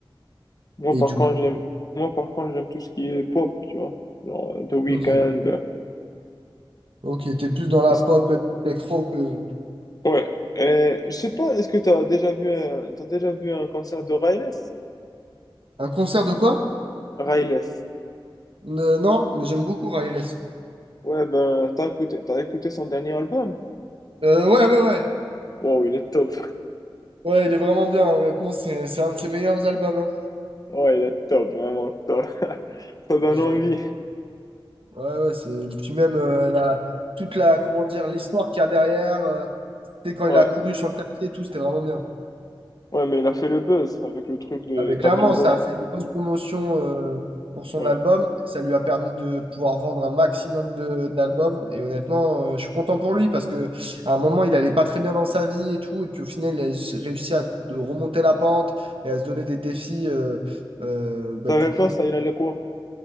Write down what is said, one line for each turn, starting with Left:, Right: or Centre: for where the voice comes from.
Left: Moi,
Right: Et
Left: par
Right: du
Left: contre,
Right: coup,
Left: j'aime, moi, par contre, j'aime tout ce qui est pop, tu vois. Genre, euh, The Weeknd.
Right: ok.
Left: euh,
Right: Ok, t'es plus dans la
Left: z-
Right: pop électro que.
Left: Ouais. Et, je sais pas, est-ce que t'as déjà vu un, t'as déjà vu un concert de Riles?
Right: Un concert de quoi?
Left: Riles.
Right: Euh, non, mais j'aime beaucoup Riles.
Left: Ouais, ben, t'as écouté, t'as écouté son dernier album?
Right: Euh, ouais, ouais, ouais.
Left: Wow, il est top.
Right: Ouais, il est vraiment bien. Honnêtement, c'est, c'est un de ses meilleurs albums. hein.
Left: Ouais, il est top, vraiment top. <laughs> Ça donne
Right: Euh,
Left: envie.
Right: ouais, ouais, c'est. Puis même euh, la, toute la, comment dire, l'histoire qu'il y a derrière. euh, c'était quand
Left: Ouais.
Right: il a couru sur le tapis et tout, c'était vraiment bien.
Left: Ouais, mais il a fait le buzz avec le truc de
Right: Ah, mais
Left: tapis
Right: clairement,
Left: roulant.
Right: ça a fait une grosse promotion euh, pour son
Left: Ouais.
Right: album. Ça lui a permis de pouvoir vendre un maximum de d'albums. Et honnêtement, euh, je suis content pour lui parce que à un moment, il allait pas très bien dans sa vie et tout. Et puis au final, il a s- réussi à de remonter la pente et à se donner des défis euh, euh, bah,
Left: Je savais
Right: pour courir.
Left: pas ça, il allait quoi?